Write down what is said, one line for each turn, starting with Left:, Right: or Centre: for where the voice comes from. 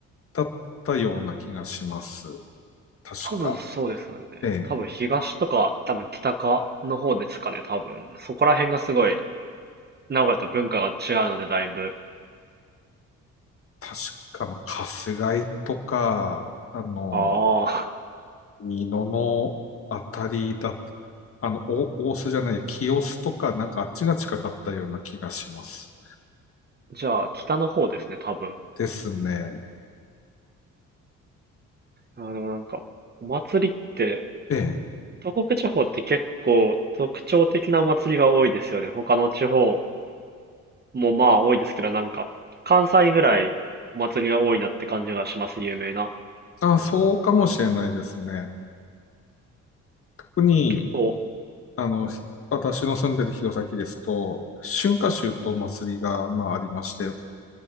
Left: だったような気がします。確か。
Right: 多分そうですよね。
Left: ええ。
Right: 多分東とか、多分北かの方ですかね、多分。そこら辺がすごい、名古屋と文化が違うので、だいぶ。
Left: 確かの、春日井とか、あの、
Right: ああ。
Left: 美濃のあたりだと、あの、お大須じゃない、清須とか、なんかあっちが近かったような気がします。
Right: じゃあ、北の方ですね、多分。
Left: ですね。
Right: あーでもなんか、お祭りって、
Left: ええ。
Right: 東北地方って結構特徴的なお祭りが多いですよね。他の地方もまあ多いですけど、なんか関西ぐらいお祭りが多いなって感じがします、有名な。
Left: あ、そうかもしれないですね。特に、
Right: 結構、
Left: あの、私の住んでる弘前ですと、春夏秋冬祭りが、まあ、ありまして、